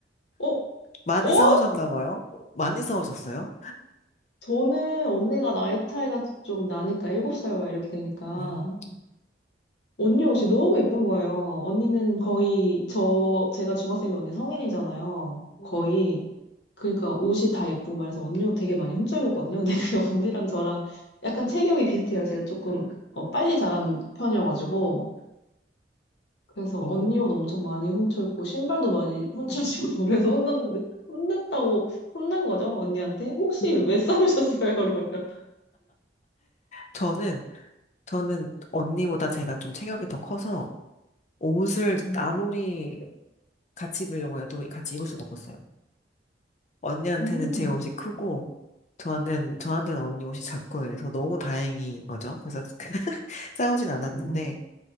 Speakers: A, on the left (about 75°); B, on the left (about 40°).
A: 어,
B: 많이
A: 어?
B: 싸우셨나 봐요? 어, 많이 싸우셨어요?
A: 저는 언니가 나이 차이가 좀 나니까, 7살 와 이렇게 되니까.
B: 음,
A: 언니 옷이 너무 예쁜 거예요. 언니는 거의, 저, 제가 중학생이 언니 성인이잖아요.
B: 음.
A: 거의. 그러니까 옷이 다 예쁘고 말해서 언니 옷 되게 많이 훔쳐입었거든요. 근데 <laughs> 언니랑 저랑 약간 체격이 비슷해요. 제가 조금 어, 빨리 자란 편이어가지고. 그래서
B: 어.
A: 언니 옷 엄청 많이 훔쳐입고, 신발도 많이 <laughs> 훔쳐입고, 그래서 혼났는데, 혼났다고, 혼난 거죠? 언니한테? 혹시
B: <laughs>
A: 왜 싸우셨어요? <laughs> 그러면.
B: 저는, 저는 언니보다 제가 좀 체격이 더 커서, 옷을
A: 음.
B: 아무리 같이 입으려고 해도 같이 입을 수가 없었어요. 언니한테는
A: 음.
B: 제 옷이 크고 저한테는 저한테는 언니 옷이 작고 이래서 너무 다행인 거죠. 그래서 <laughs> 싸우진 않았는데
A: 음,